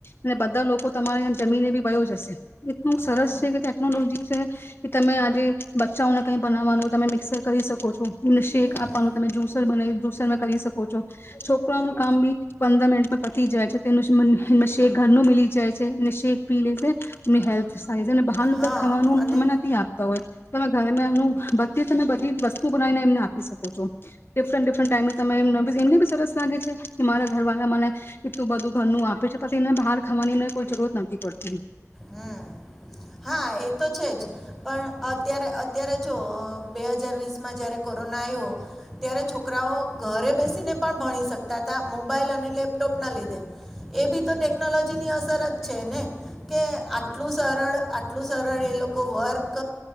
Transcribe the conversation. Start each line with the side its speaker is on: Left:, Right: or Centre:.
Left: અને બધા લોકો તમારે જમીને બી વયો જશે એટલું
Centre: હમ
Left: સરસ છે કે ટેકનોલોજી છે કે તમે આજે બચ્ચાઓને કઈ બનાવવાનું તમે મિક્સર કરી શકો છો શેક
Centre: હમ
Left: આપવાનું તમે જ્યુસર બનાવી જુસર માં કરી શકો છો છોકરાઓનું કામ બી પંદર મિનટમાં પતી જાય છે તેનું <unintelligible> શેક ઘરનું મી જાય છે અને શેક પી લે છે એમની હેલ્થ ને બહારનું
Centre: હા
Left: કઈ ખાવાનું
Centre: અને
Left: તમે નથી આપતા હોય તમે ઘરે એમનું બધી તમે બધી જ વસ્તુ બનાવીને એમને આપી શકો છો ડિફરન્ટ ડિફરન્ટ ટાઈમે તમે એમ સરસ લાગે છે કે મારા ઘરવાળલા મને કે તું બધું ઘરનું આપે બસ એને બહાર ખવાની મે કોઈ જરૂરત નથી પડતી
Centre: હમ હા એ તો છે જ પણ અત્યારે અત્યારે જો બે હજાર વીસ માં જયારે કોરોના આવ્યો ત્યારે છોકરાઓ ઘરે બેસીને પણ ભણી શકતા હતા મોબાઈલ અને લેપ ટોપ ના લીધે એ બી તો ટેકનોલોજીની અસર જ છે ને કે આટલું સરળ એટલ સર એ લોકો લોકો વર્ક